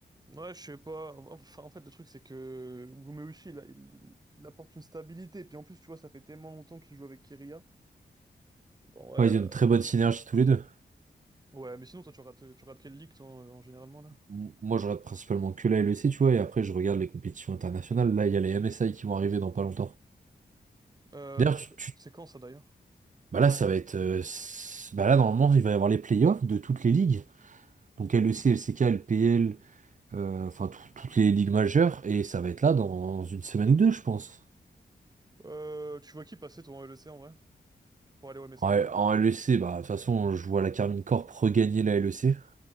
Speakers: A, on the right (about 20°); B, on the right (about 45°).
A: Ouais, je sais pas. Enfin, en fait, le truc, c'est que Gumeuchi, il, a- il... il apporte une stabilité. puis, en plus, tu vois, ça fait tellement longtemps qu'il joue avec Kiria. Donc, en vrai,
B: Ouais,
A: euh,
B: ils ont une très bonne synergie tous les deux.
A: Ouais, mais sinon, toi, tu regardes, tu regardes quelle ligue, toi, en, en généralement, là?
B: M- Moi, je regarde principalement que la LEC, tu vois, et après je regarde les compétitions internationales. Là, il y a les MSI qui vont arriver dans pas longtemps.
A: Euh,
B: D'ailleurs,
A: mais c'est
B: tu, tu
A: c'est quand, ça, d'ailleurs?
B: Bah là, ça va être. euh, s- bah là, normalement, il va y avoir les playoffs de toutes les ligues. Donc LEC, LCK, LPL, euh, enfin tout- toutes les ligues majeures. Et ça va être là dans une semaine ou deux, je pense.
A: Euh, tu vois qui passer, toi, en L E C en vrai? pour aller au MSI.
B: En, en LEC, bah de toute façon, je vois la Carmine Corp regagner la LEC.